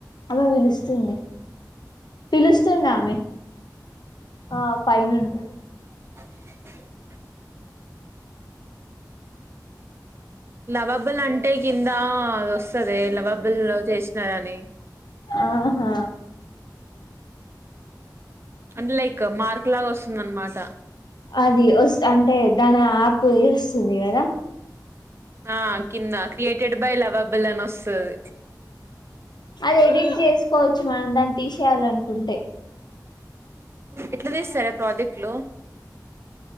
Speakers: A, on the left (about 80°); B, on the right (about 35°).
A: ఆమె పిలుస్తుంది పిలుస్తుంది ఆమె. ఆ పైనుంటరూ
B: <inaudible> లవాబుల్ అంటే కిం ద అదొస్తదే లవాబుల్ లవ్ చేసినారని.
A: ఆహా
B: అంటే లైక్ మార్క్ లాగా వస్తుంద అనమాట.
A: అది వస్ అంటే దాని యాప్ <unintelligible> స్తుంది గదా?
B: ఆ కింద క్రియేటెడ్ బై లవబుల్ అని ఒస్తది.
A: అది ఎడిట్ జేసుకోవచ్చు మనం దాన్ని తీశేయాలనుకుంటె.
B: ఎట్ల తీస్తారే ప్రాజెక్ట్లు.